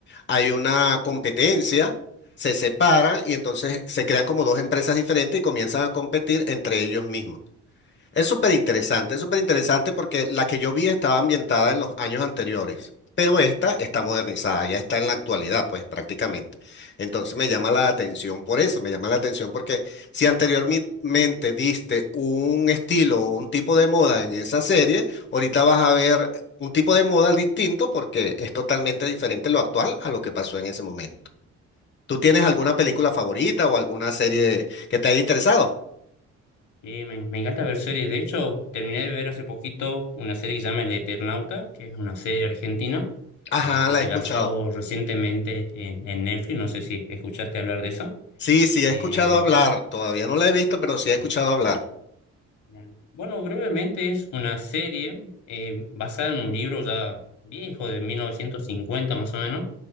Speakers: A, on the left (about 35°); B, on the left (about 75°).
A: hay una competencia, se separan y entonces se crean como dos empresas diferentes y comienzan a competir entre ellos mismos. Es súper interesante, es súper interesante porque la que yo vi estaba ambientada en los años anteriores, pero esta está modernizada, ya está en la actualidad, pues prácticamente. Entonces me llama la atención por eso, me llama la atención porque si anteriormente viste un estilo o un tipo de moda en esa serie, ahorita vas a ver un tipo de moda distinto porque es totalmente diferente lo actual a lo que pasó en ese momento. ¿Tú tienes alguna película favorita o alguna serie que te haya interesado?
B: Y me, me encanta ver series. De hecho, terminé de ver hace poquito una serie que se llama El Eternauta, que es una serie argentina
A: Ajá,
B: eh, que
A: la
B: se
A: he escuchado.
B: lanzó recientemente en, en Netflix. No sé si escuchaste hablar de eso.
A: Sí, sí,
B: Eh,
A: he escuchado hablar, todavía no la he visto, pero sí he
B: sí.
A: escuchado hablar.
B: Claro. Bueno, brevemente es una serie eh, basada en un libro ya viejo de 1950 más o menos,